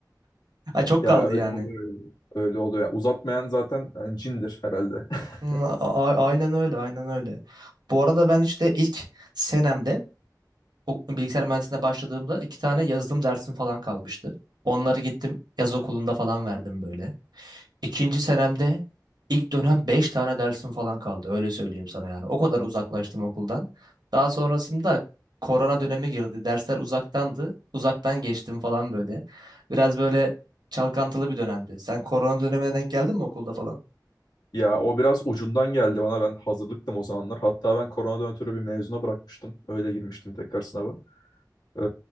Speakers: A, on the right (about 70°); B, on the left (about 70°).
A: <laughs> Ay çok
B: Ya
A: kaldı
B: öyle
A: yani.
B: oluyor yani. Öyle oluyor. Yani uzatmayan zaten yani cindir herhalde. <laughs>
A: Hmm, a- a- aynen öyle, aynen öyle. Bu arada ben işte ilk senemde o bilgisayar mühendisliğine başladığımda iki tane yazılım dersim falan kalmıştı. Onları gittim yaz okulunda falan verdim böyle. İkinci senemde ilk dönem 5 tane dersim falan kaldı. Öyle söyleyeyim sana yani. O kadar uzaklaştım okuldan. Daha sonrasında korona dönemi girdi. Dersler uzaktandı. Uzaktan geçtim falan böyle. Biraz böyle çalkantılı bir dönemdi. Sen korona dönemine denk geldin mi okulda falan?
B: Ya o biraz ucundan geldi bana. Ben hazırlıktım o zamanlar. Hatta ben koronadan ötürü bir mezuna bırakmıştım. Öyle girmiştim tekrar sınava. Ee,